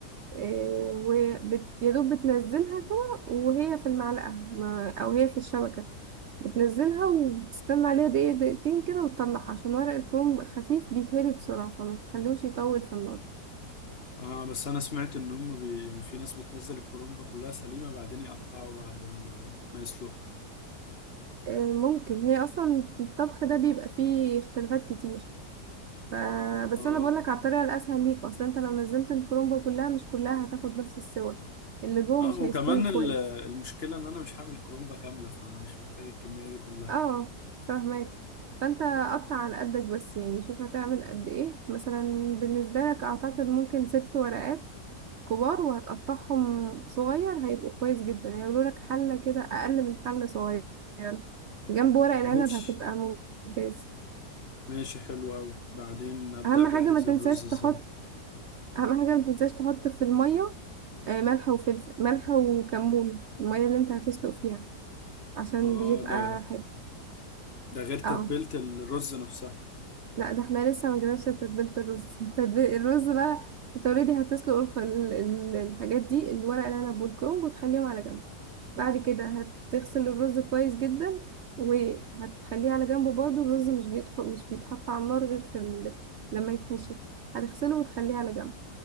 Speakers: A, on the right (about 75°); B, on the left (about 40°).
A: آه، وبت... يا دوب بتنزلها كده وهي في المعلقه ما... او هي في الشبكه بتنزلها وبتستنى عليها دقيقة دقيقتين كده وتطلعها عشان ورق الكروم بيبقى خفيف بيتهري بسرعة فما تخلوش يطول في النار
B: اه بس انا سمعت ان هم بي... في ناس بتنزل الكرنب كلها سليمة بعدين يقطعوا بعد ال... ما يسلقوا
A: آه، ممكن هي أصلا الطبخ ده بيبقى فيه اختلافات كتير ف... بس
B: اه
A: أنا بقولك على الطريقة الأسهل ليك أصلا أنت لو نزلت الكرومبة كلها مش كلها هتاخد نفس السوى اللي جوه
B: اه
A: مش
B: وكمان
A: هيستوي كويس
B: ال- المشكلة ان انا مش هعمل كرومبة كاملة فانا مش محتاج الكمية دي كلها
A: اه فاهمك فانت قطع على قدك بس يعني شوف هتعمل قد ايه مثلا بالنسبة لك اعتقد ممكن ست ورقات كبار وهتقطعهم صغير هيبقوا كويس جدا هيعملوا لك حلة كده اقل من حلة صغير جنب ورق العنب
B: ماشي
A: هتبقى ممتاز
B: ماشي حلو اوي بعدين ابدأ
A: اهم
B: اجهز
A: حاجة ما تنساش
B: الرز
A: تحط
B: ازاي
A: اهم حاجة ما تنساش تحط في المية آه، ملح وفلفل ملح وكمون المية اللي انت هتسلق فيها عشان
B: اه
A: بيبقى
B: ده
A: حلو
B: ده غير تتبيلة
A: اه
B: الرز نفسها
A: لا ده احنا لسه ما جيناش لتتبيلة الرز <laughs> تتبيل الرز بقى انت اوريدي هتسلق الخ- ال- ال- الحاجات دي الورق العنب والكرنب وتخليهم على جنب بعد كده هتغسل الرز كويس جدا وهتخليه على جنب برضه الرز مش بيدخل مش بيتحط على النار غير في ال... لما يتحشي هتغسله وتخليه على جنب